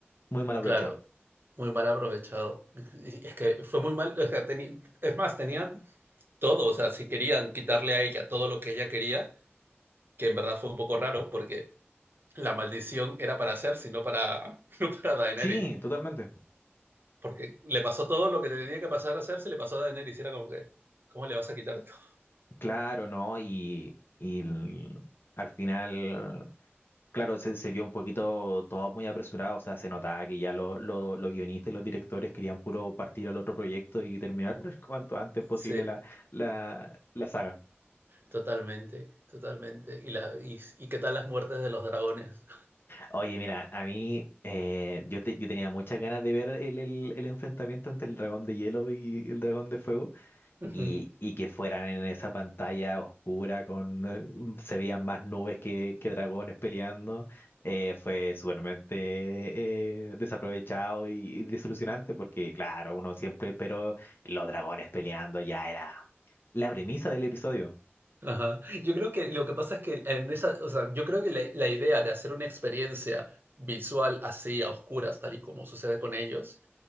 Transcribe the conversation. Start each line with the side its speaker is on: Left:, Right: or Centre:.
Left: muy mal aprovechado.
Right: claro. Muy mal aprovechado. Y Es que fue muy mal. o sea, teni- es más, tenían todo. O sea, si querían quitarle a ella todo lo que ella quería, que en verdad fue un poco raro, porque la maldición era para Cersei, no para, <laughs> no para Daenerys.
Left: Sí, totalmente.
Right: Porque le pasó todo lo que tenía que pasar a hacerse, le pasó a Daenerys y era como que, ¿cómo le vas a quitar todo?
Left: Claro, ¿no? Y, y el- al final, claro, se, se vio un poquito todo muy apresurado, o sea, se notaba que ya lo- lo- los guionistas y los directores querían puro partir al otro proyecto y terminar <laughs> cuanto antes posible
Right: Sí,
Left: la, la, la saga.
Right: totalmente, totalmente. ¿Y, la, y, y qué tal las muertes de los dragones?
Left: Oye, mira, a mí eh, yo, te- yo tenía muchas ganas de ver el, el, el enfrentamiento entre el dragón de hielo y el dragón de fuego.
Right: <laughs>
Left: y, y que fueran en esa pantalla oscura con eh, se veían más nubes que, que dragones peleando, eh, fue supermente eh, desaprovechado y, y desilusionante porque claro, uno siempre pero los dragones peleando ya era la premisa del episodio.
Right: Ajá. Yo creo que lo que pasa es que en esa, o sea, yo creo que la, la idea de hacer una experiencia visual así, a oscuras, tal y como sucede con ellos,